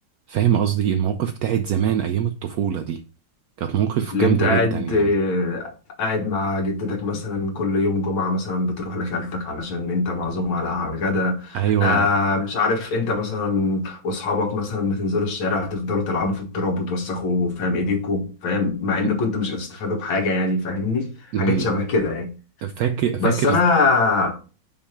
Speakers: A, on the right; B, on the left.
A: فاهم قصدي المواقف بتاعت زمان أيام الطفولة دي كانت مواقف
B: اللي
A: جامدة
B: انت قاعد
A: جدا يعني
B: آه، قاعد مع جدتك مثلا كل يوم جمعة مثلا بتروح لخالتك علشان انت معزوم على على الغدا
A: أيوة
B: آه مش عارف انت مثلا واصحابك مثلا بتنزلوا الشارع تفضلوا تلعبوا في التراب وتوسخوا فاهم ايديكوا فاهم مع ان
A: م-
B: كنت مش هتستفادوا بحاجة يعني فاهمني
A: م-
B: حاجات شبه كده يعني
A: فاكر
B: بس
A: فاكر
B: انا